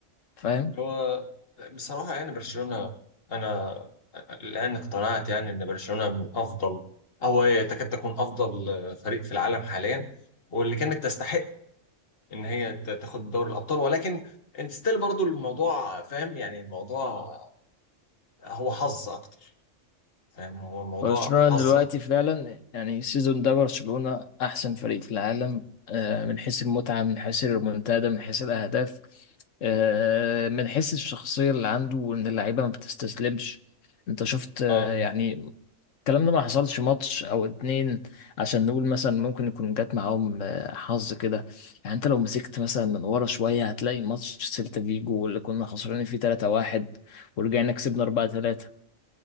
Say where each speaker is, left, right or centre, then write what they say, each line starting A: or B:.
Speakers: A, on the left; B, on the left.
A: فاهم
B: هو بصراحة يعني برشلونة أنا الآن اقتنعت يعني إن برشلونة من أفضل أو هي تكاد تكون أفضل فريق في العالم حاليا واللي كانت تستحق إن هي ت- تاخد دوري الأبطال ولكن أنت ستيل برضو الموضوع فاهم يعني الموضوع هو حظ أكتر فاهم هو الموضوع
A: برشلونة
B: حظة
A: دلوقتي فعلا يعني السيزون ده برشلونة أحسن فريق في العالم آه، من حيث المتعة من حيث الريمونتادا من حيث الأهداف آه، من حيث الشخصية اللي عنده وإن اللعيبة ما بتستسلمش أنت شفت آه،
B: أه
A: يعني الكلام ده ما حصلش ماتش او اتنين عشان نقول مثلا ممكن يكون جات معاهم آه، حظ كده يعني انت لو مسكت مثلا من ورا شويه هتلاقي ماتش سيلتا فيجو اللي كنا خسرانين فيه 3-1 ورجعنا كسبنا 4-3